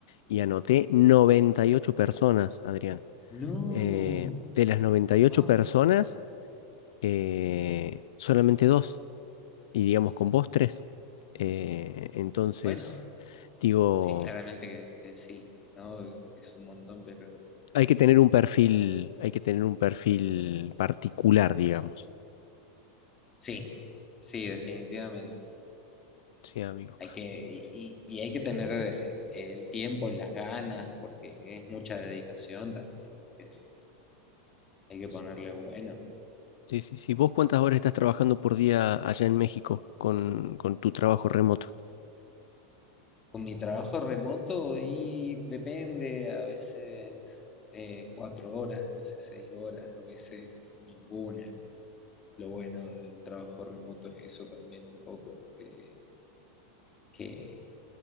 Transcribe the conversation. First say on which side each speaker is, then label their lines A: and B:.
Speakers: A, on the left; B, on the left.
A: y anoté 98 personas, Adrián.
B: No,
A: Eh, de las noventa
B: wow.
A: y ocho personas, eh, solamente dos, y digamos con vos tres. Eh, entonces,
B: Bueno,
A: digo,
B: sí, claramente que, que sí, ¿no? E, Es un montón, pero
A: hay que tener un perfil, hay que tener un perfil particular, digamos.
B: sí, sí, definitivamente.
A: Sí, amigo.
B: Hay que, y, y- y hay que tener eh, el tiempo, las ganas, porque es mucha dedicación también. Hay que, hay que
A: Sí,
B: ponerle bueno.
A: sí, sí. sí. ¿Vos cuántas horas estás trabajando por día allá en México con, con tu trabajo remoto?
B: Con mi trabajo remoto y depende, a veces eh, cuatro horas, a veces seis horas, a veces ninguna. Lo bueno del trabajo remoto es eso también un poco, que, que